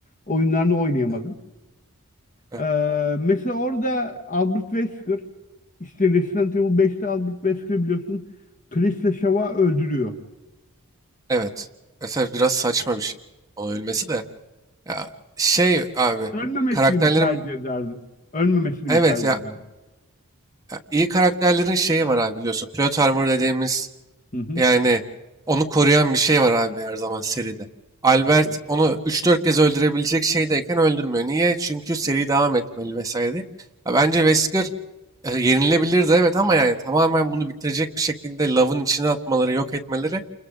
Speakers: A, on the left; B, on the right.
A: oyunlarını oynayamadım.
B: Evet. Evet.
A: Ee, mesela orada Albert Wesker işte Resident Evil beşte Albert Wesker biliyorsun Chris ile Shaw'a öldürüyor.
B: Evet. Mesela biraz saçma bir şey. Onun ölmesi de. Ya şey abi.
A: Ölmemesini
B: Karakterlerin
A: mi tercih ederdin? Ölmemesini
B: evet
A: mi tercih
B: ya,
A: ederdin?
B: ya iyi karakterlerin şeyi var abi biliyorsun. Plot armor dediğimiz
A: Hı hı.
B: Yani onu koruyan bir şey var abi her zaman seride. Albert
A: Evet.
B: onu üç dört kez öldürebilecek şeydeyken öldürmüyor. Niye? Çünkü seri devam etmeli vesaire diye. Ya bence Wesker e, yenilebilirdi evet ama yani tamamen bunu bitirecek bir şekilde Love'ın içine atmaları, yok etmeleri